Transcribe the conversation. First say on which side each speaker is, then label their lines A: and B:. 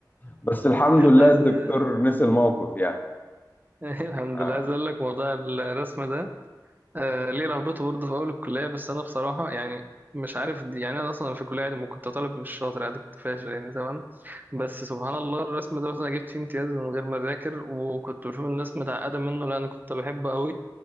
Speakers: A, on the left; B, on the right.
A: بس الحمد لله
B: عايز
A: الدكتور
B: <laughs>
A: نسي الموقف يعني
B: الحمد
A: آه.
B: لله عايز اقول لك موضوع الرسم ده آه ليه رهبته برضه في اول الكليه بس انا بصراحه يعني مش عارف دي يعني انا اصلا في الكليه عادي ما كنت طالب مش شاطر عادي كنت فاشل يعني تمام بس سبحان الله الرسم ده مثلا جبت فيه امتياز من غير ما اذاكر وكنت بشوف الناس متعقده منه لا انا كنت بحبه قوي